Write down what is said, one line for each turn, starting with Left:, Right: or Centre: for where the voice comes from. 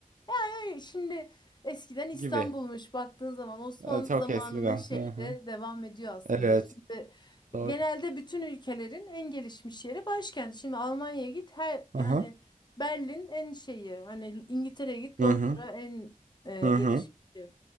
Left: Hayır, Şimdi eskiden İstanbul'muş
Right: gibi.
Left: baktığın zaman Osmanlı
Right: E, çok
Left: zamanının
Right: eskiden.
Left: şeyi
Right: Hı hı.
Left: de devam ediyor aslında.
Right: Evet,
Left: Şimdi
Right: doğru.
Left: genelde bütün ülkelerin en gelişmiş yeri başkent. Şimdi Almanya'ya git her yani
Right: Hı hı.
Left: Berlin en şeyi hani İngiltere'ye git
Right: Hı
Left: Londra
Right: hı.
Left: en e,
Right: Hı
Left: gelişmişi.
Right: hı.